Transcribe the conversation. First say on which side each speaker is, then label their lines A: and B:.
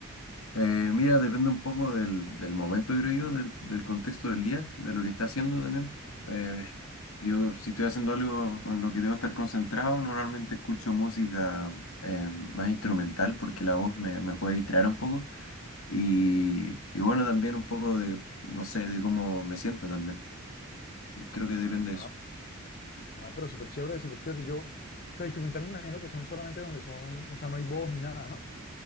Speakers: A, on the left; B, on the left.
A: Eh, mira, depende un poco del, del momento, creo yo, del, del contexto del día, de lo que está haciendo también. Eh, yo, si estoy haciendo algo con lo que debo estar concentrado, normalmente escucho música eh, más instrumental porque la voz me, me puede distraer un poco. Y, y bueno, también un poco de, no sé, de cómo me sienta también. Creo que depende
B: Ah,
A: de eso.
B: ah, pero súper chévere, súper chévere. Yo, o sea, instrumental me imagino que son solamente donde son, o sea, no hay voz ni nada, ¿no?